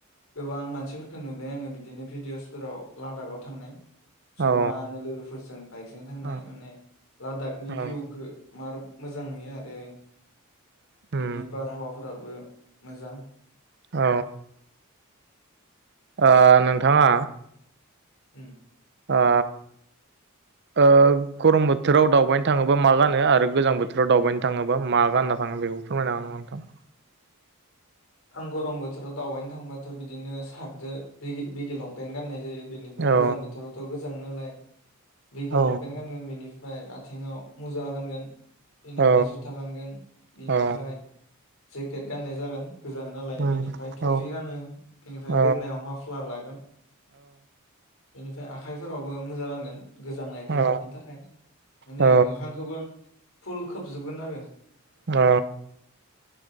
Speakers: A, on the left; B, on the right.
A: गोबां मानसिफोरखौ नुबाय आङो बिदिनो भिडिअसफोराव लादाखाव थांनाय। जमानो
B: औ
A: लोगोफोरजों बाइकजों थांनाय
B: औ
A: माने लादाख नि भिउखौ
B: औ
A: मार मोजां नुयो आरो।
B: उम
A: बिनि बारहावाफोराबो मोजां।
B: औ। ओ नोंथाङा
A: उम।
B: ओ ओ गरम बोथोराव दावबायनो थाङोबा मा गानो आरो गोजां बोथोराव दावबायनो थाङोबा मा गानना थाङो बेखौ फोरमायनो हागोन नामा नोंथां?
A: आं गरम बोथोराव दावबायनो थांबाथ बिदिनो सार्टजों बिगि बिगि लंपेन्ट गाननाय जायो। बेनिफ्राय
B: औ
A: गोजां बोथोरावथ गोजसै जाङो नालाय बेगि
B: औ
A: लंपेन्ट गानगोन बिनि ओमफ्राय आथिङाव मुजा गानगोन। बेनिफाय
B: औ
A: जुथा गानगोन बिनिफाय
B: औ
A: जेकेट गाननाय जागोन। गोजाङो नालाय
B: उम
A: बेनिफाय टफि
B: औ
A: गानो बेनिफाय
B: औ
A: गोदोनायाव माफ्ला लागोन। बेनिफाय आखाइफोरावबो मुजा गानगोन। गोजांनायखौ
B: औ
A: लाखिनो थाखाय माने
B: औ
A: मोखांखौबो फुल खोबजोबगोन आरो।
B: औ।